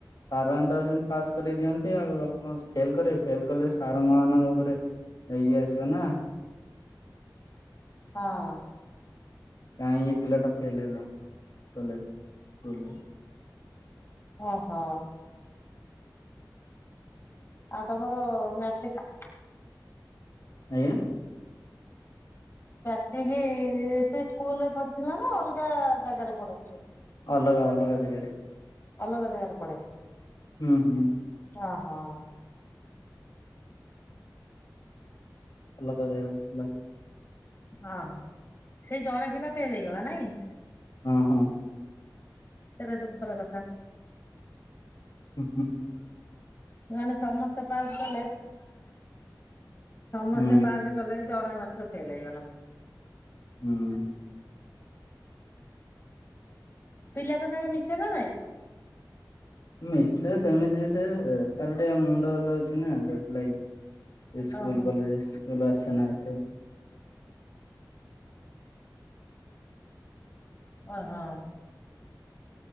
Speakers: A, on the left; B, on the left.
A: ସରେ ମାନେ ତାକୁ ସେମିତି ପାସ୍ କରି ଦିଅନ୍ତି ଆଉ କଣ ଫେଲ୍ କରେଇବେ ଫେଲ୍ କଲେ ସାରଙ୍କ ମାନଙ୍କ ଉପରେ ଏ ଇଏ ଆସିବ ନା।
B: ହଁ।
A: କାଇଁ ଏ ପିଲା ଟା ଫେଲ ହେଲା? କଲେ ସ୍କୁଲରେ
B: ଓହୋ। ଆଉ ତମର ମାଟ୍ରିକ୍
A: ଆଜ୍ଞା।
B: ମାଟ୍ରିକ ସେ ସ୍କୁଲରେ ପଡିଥିଲା ନା ଅଲଗା ଜାଗାରେ ପଡିଚି।
A: ଅଲଗା ଅଲଗା ଯେଗାରେ।
B: ଅଲଗା ଜାଗାରେ ପଡେ।
A: ହୁଁ ହୁଁ।
B: ହଁ ହଁ।
A: ଅଲଗା ଯାଗାରେ ଥିଲା।
B: ଅ ହଁ ସେଇ ଜଣେ ପିଲା ଫେଲ ହେଇଗଲା ନାଇଁ।
A: ହଁ ହଁ।
B: କେତେ ଦୁଃଖର କଥା।
A: ହୁଁ ହୁଁ।
B: ମାନେ ସମସ୍ତେ ପାସ୍ କଲେ ସମସ୍ତେ
A: ହୁଁ
B: ପାସ କଲେ ଯଣେ ମାତ୍ର ଫେଲ୍ ହେଇ ଗଲା।
A: ହୁଁ।
B: ପିଲାଙ୍କ ସାଙ୍ଗେ ମିଶେନା ନାଇଁ?
A: ମିଶେ ସେମିତି ସେ ତାର ଟିକେ ମୁଣ୍ଡ ଦୋଷ ଅଛି ନାଁ ସେଥି ଲାଗି। ସ୍କୁଲ୍
B: ଓହୋ
A: କଲେଜ୍ ଗଲୁ ଆସୁନା ଏତେ
B: ଓହୋ।